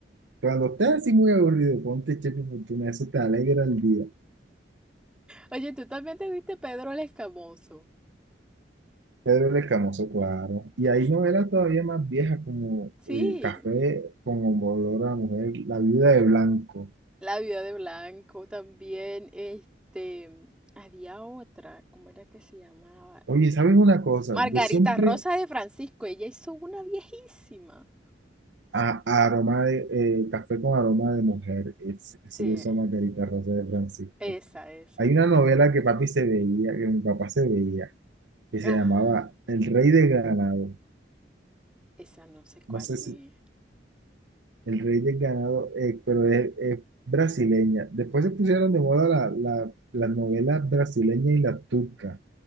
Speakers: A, on the right; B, in the centre.
A: cuando estás así muy aburrido, ponte Chepe Fortuna, eso te alegra el día.
B: Oye, tú también te viste Pedro el Escamoso.
A: Pedro el Escamoso, claro. Y hay novelas todavía más viejas como
B: Sí,
A: eh, Café con olor a mujer, La viuda de Blanco.
B: La vida de Blanco también. Este, había otra, ¿cómo era que se llamaba?
A: Oye, ¿sabes una cosa?
B: Margarita
A: Yo siempre
B: Rosa de Francisco. Ella hizo una viejísima.
A: a, a aroma de eh, Café con aroma de mujer, es- eso
B: Sí,
A: lo hizo Margarita Rosa de Francisco.
B: esa, esa.
A: Hay una novela que papi se veía, que mi papá se veía, que
B: Ajá,
A: se llamaba El Rey de Ganado.
B: esa no sé cuál
A: No sé
B: es.
A: si El rey del ganado, eh, pero es, es brasileña. Después se pusieron de moda la, la, las novelas brasileñas y las turcas.